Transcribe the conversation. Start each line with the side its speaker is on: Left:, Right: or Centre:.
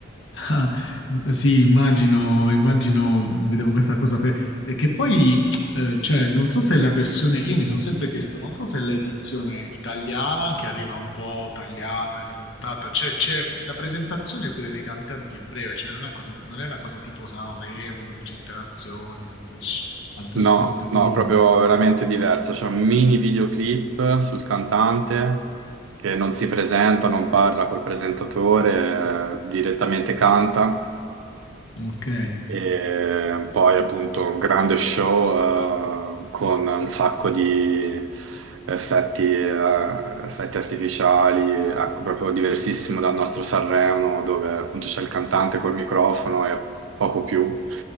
Left: Ah, m- sì, immagino, immagino, vedevo questa cosa per- che poi, eh, cioè, non so se la versione, io mi sono sempre chiesto, non so se l'edizione italiana che arriva un po' tagliata, rimontata, cioè, c'è la presentazione pure dei cantanti è breve, cioè, non è una cosa, non è una cosa tipo Sanremo dove c'è interazioni, altri, sci- altri
Right: No,
Left: spettacolini.
Right: no, proprio veramente diversa. C'è un mini videoclip sul cantante che non si presenta, non parla col presentatore, eh, direttamente canta.
Left: Ok,
Right: E poi appunto un grande show eh, con un sacco di effetti, eh, effetti artificiali, ecco, proprio diversissimo dal nostro Sanremo, dove appunto c'è il cantante col microfono e poco più.